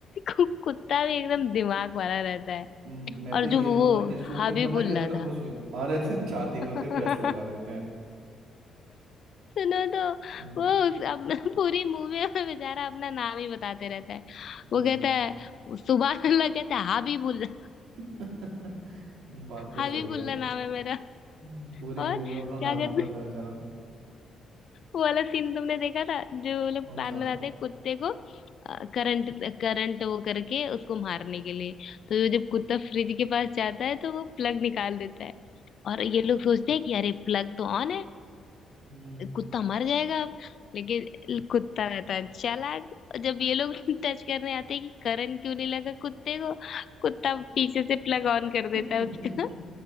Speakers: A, on the left; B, on the right.
A: कु- कुत्ता भी एकदम दिमाग वाला रहता है
B: हम्म, मैं
A: और
B: तो ये
A: जो वो
B: सोच रहा कि शूटिंग
A: हबीबुल्ला
B: करना कितना
A: था
B: मुश्किल है। अरे छाती पे
A: <laughs>
B: उसके प्रेस लगा देते हैं
A: सुनो तो
B: हाँ,
A: वो उस, अब <laughs> पूरी मूवी में बेचारा अपना नाम ही बताते रहता है
B: हम्म।
A: वो कहता है सुबह अल्लाह कहता है हाबीबुल्ला
B: <laughs> बात तो
A: हाबीबुल्ला
B: सही है
A: नाम है मेरा
B: हम्म, पूरी
A: और
B: मूवी में अपना नाम
A: क्या करते
B: ही बताता है बेचारा
A: वो वाला सीन तुमने देखा था जो वो लोग
B: कौन
A: प्लान
B: सा
A: बनाते हैं कुत्ते को करंट करंट वो करके उसको मारने के लिए तो ये जब कुत्ता फ्रिज के पास जाता है तो वो प्लग निकाल देता है और ये लोग सोचते हैं कि अरे प्लग तो ऑन है
B: हम्म
A: कुत्ता मर जाएगा अब लेकिन कुत्ता रहता है चालाक जब ये लोग <laughs> टच करने आते हैं कि करंट क्यों नहीं लगा कुत्ते को कुत्ता पीछे से प्लग ऑन कर देता
B: <laughs>
A: है उसका